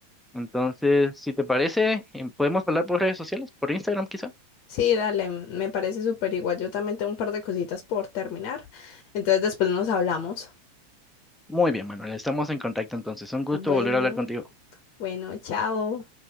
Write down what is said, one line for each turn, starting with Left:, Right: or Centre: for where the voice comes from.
Centre: Entonces, si te parece, em, podemos hablar por redes sociales, por Instagram quizá.
Left: Sí, dale, m- me parece súper igual. Yo también tengo un par de cositas por terminar. Entonces después nos hablamos.
Centre: Muy bien, Manuela, estamos en contacto entonces. Un gusto
Left: Bueno,
Centre: volver a hablar contigo.
Left: bueno, chao.